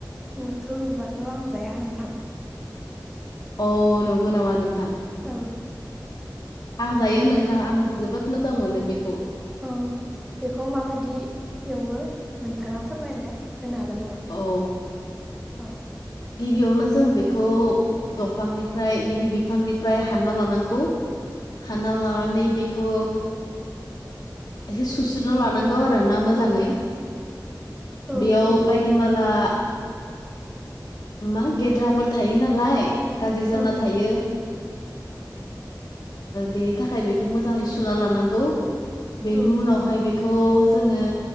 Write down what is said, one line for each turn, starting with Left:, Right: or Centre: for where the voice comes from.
Centre: मुथ्रु बिबारखौ आं जाया नोंथां
Left: अ नंगौ नामा नोंथां
Centre: औ
Left: आं जायो नोंथां आं जोबोद मोजां मोनो बेखौ
Centre: औ बेखौ माबायदि एवो नोंथाङा फोरमायना होनो हागोन नामा
Left: औ
Centre: औ
Left: गिबियावनो जों बेखौ दंफांनिफ्राय बेनि बिफांनिफ्राय हानना लानांगौ
Centre: <inaudible>
Left: हानना लानानै बे बेखौ एसे सुस्रोना लानांगौ आरोना मोजाङै
Centre: औ
Left: बेयाव
Centre: औ
Left: बायदि माला मा गेद्राफोर थायो नालाय गाज्रि जाना
Centre: औ
Left: थायो बेनि थाखाय बेखौ मोजाङै सुना लानांगौ बेनि
Centre: औ
Left: उनावहाय बेखौ जोङो